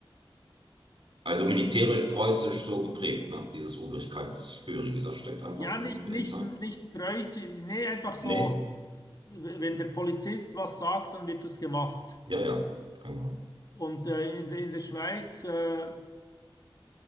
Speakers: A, on the right (about 65°); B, on the left (about 40°).
A: Also militärisch preußisch so geprägt, ne? Dieses Obrigkeitshörige, das steckt einfach
B: Ja,
A: ein
B: nicht, nicht,
A: Inter.
B: nicht preußisch, nee, einfach
A: Nee?
B: so, w- wenn der Polizist was sagt, dann wird das gemacht.
A: Ja, ja. Genau.
B: Und äh, in, der- in der Schweiz äh,